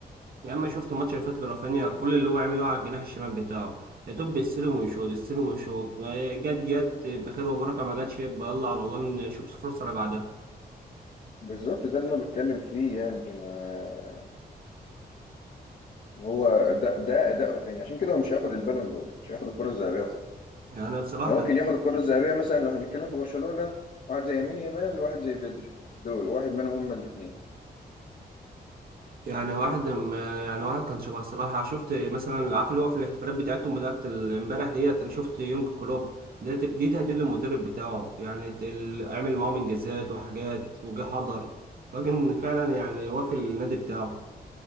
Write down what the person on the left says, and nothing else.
بالظبط ده اللي انا بتكلم فيه يعني ما هو ده ده اداء رافينيا عشان كده هو مش هياخد البالون دور مش هياخد الكرة الذهبية خالص
اللي ممكن
ياخد الكرة الذهبية مثلا لو هنتكلم في برشلونة واحد زي يمين يامال واحد زي بدري دول واحد منهم هما الاثنين